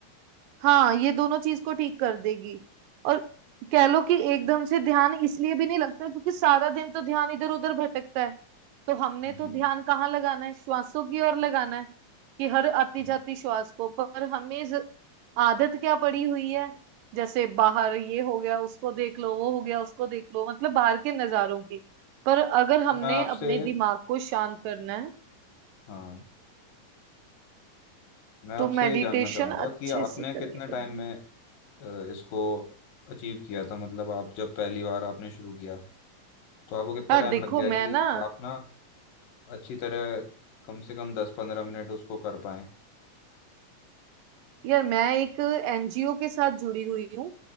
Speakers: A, on the right; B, on the left.
A: हाँ ये दोनों चीज को ठीक कर देगी और कह लो कि एकदम से ध्यान इसलिए भी नहीं लगता क्योंकि सारा दिन तो ध्यान इधर उधर भटकता है तो हमने तो
B: जी
A: ध्यान कहाँ लगाना है श्वासों की ओर लगाना है कि हर आती
B: हम्म।
A: जाती श्वास को पर हमें ज- आदत क्या पड़ी हुई है जैसे बाहर ये हो गया उसको देख लो वो हो गया उसको देख लो मतलब बाहर के नजारों की पर अगर हमने
B: तो मैं आपसे
A: अपने दिमाग को शांत करना है
B: हाँ मैं आपसे
A: तो मेडिटेशन
B: ये जानना चाहूंगा
A: अच्छे
B: कि आपने
A: से करनी
B: कितने टाइम
A: पड़ेगी
B: में अ, इसको अचीव किया था मतलब आप जब पहली बार आपने शुरू किया तो आपको कितना
A: यार
B: टाइम
A: देखो
B: लग गया
A: मैं
B: कि
A: ना
B: आप ना अच्छी तरह कम से कम दस पंद्रह मिनट उसको कर पाए
A: यार मैं एक एनजीओ के साथ जुड़ी हुई हूँ